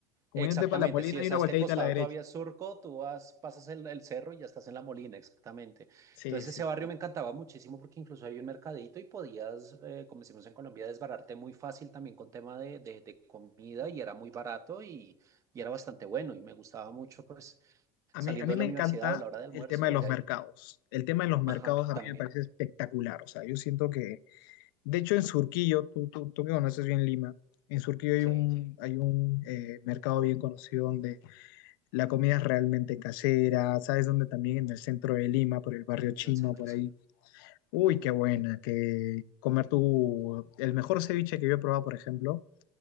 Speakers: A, on the left (about 85°); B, on the right (about 30°).
A: como
B: Exactamente,
A: yo no tepa la Molina,
B: sí, es
A: hay una
B: a
A: volteadita
B: este costado
A: a la derecha.
B: todavía es surco, tú vas, pasas el, el cerro y ya estás en La Molina, exactamente.
A: Sí,
B: Entonces
A: sí,
B: ese barrio
A: sí.
B: me encantaba muchísimo porque incluso había un mercadito y podías, eh, como decimos en Colombia, desbararte muy fácil también con tema de, de- de comida y era muy barato y, y era bastante bueno y me gustaba mucho pues
A: A
B: saliendo
A: mí, a mí
B: de
A: me
B: la
A: encanta
B: universidad o la hora de almuerzo
A: el tema de los
B: ir ahí.
A: mercados. El tema de los mercados
B: Ajá,
A: a
B: también,
A: mí me parece espectacular. O sea, yo siento que, de hecho, en Surquillo, tú, tú, tú que conoces bien Lima, en Surquillo hay
B: sí,
A: un,
B: en
A: hay un eh, mercado bien conocido donde la comida es realmente casera. ¿Sabes dónde también? En el centro de Lima, por el barrio chino,
B: el centro,
A: por
B: sí.
A: ahí Uy, qué buena, que comer tu... El mejor ceviche que yo he probado, por ejemplo,